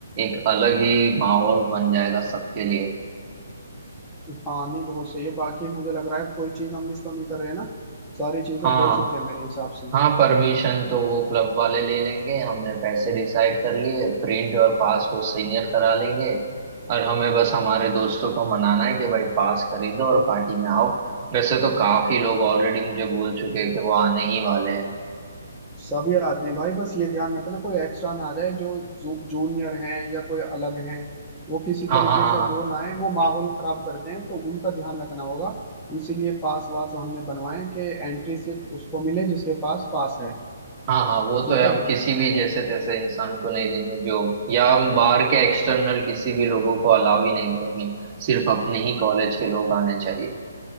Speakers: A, on the right; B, in the centre.
A: एक अलग ही माहौल बन जाएगा सबके लिए
B: हाँ नहीं बहुत सही है बाकी मुझे लग रहा है कोई चीज हम मिस तो नहीं कर रहे हैं ना सारी चीजें
A: हाँ
B: हो चुकी है मेरे हिसाब से
A: हाँ परमिशन तो वो क्लब वाले ले लेंगे हमने पैसे डिसाइड कर लिए प्रिंट और पास वो सीनियर करा लेंगे और हमें बस हमारे दोस्तों को मनाना है कि भाई पास खरीदो और पार्टी में आओ वैसे तो काफी लोग ऑलरेडी मुझे बोल चुके हैं कि वो आने ही वाले हैं
B: सभी आते हैं भाई बस ये ध्यान रखना कोई एक्स्ट्रा ना आ जाए जो जू, जूनियर हैं या कोई अलग हैं वो किसी
A: हाँ
B: तरीके
A: हाँ हाँ
B: से
A: हाँ
B: वो ना आए वो माहौल खराब करते हैं तो उनका ध्यान रखना होगा इसीलिए पास वास हमने बनवाए कि एंट्री सिर्फ उसको मिले जिसके पास पास है
A: हाँ हाँ वो
B: ठीक
A: तो है हम
B: है
A: किसी भी जैसे तैसे इंसान को नहीं देंगे जो या हम बाहर के एक्सटर्नल किसी भी लोगों को अलाउ ही नहीं करेंगे सिर्फ अपने ही कॉलेज के लोग आने चाहिए